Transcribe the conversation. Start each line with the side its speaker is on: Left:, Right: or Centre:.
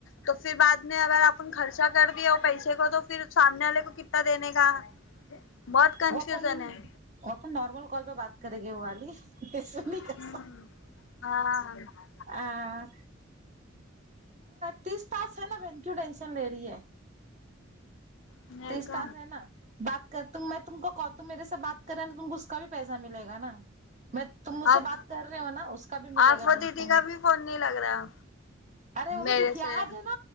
Left: تو پھر بعد میں اگر اپن خرچہ کر دییے وہ پیسے کو تو پھر سامنے والے کو کتنا دینے کا بہت کنفیوسن
Right: وہ اپن
Left: ہے
Right: وہ نارمل کال پہ بات کریں گی وہ والی ایسا نہیں
Left: ہاں
Right: کر
Left: ہاں ہاں
Right: آ تیس ٹاسک ہے نا بہن کیوں ٹینشن لے رہی ہے
Left: نہیں
Right: تیس
Left: تو
Right: ٹاسک ہے نا بات کر تو میں تم کو کال تم میرے سے بات کرے تو تم کو اس کا بھی پیسہ ملے گا نا میں تو تم مجھ سے
Left: آپ
Right: بات کر رہے ہو نا اس کا بھی ملے
Left: آفو
Right: گا ٹینشن
Left: دیدی کا
Right: نے
Left: بھی فون نہیں لگ رہا
Right: ارے وہ بھی
Left: میرے
Right: دکھیا
Left: سے
Right: اج ہے نا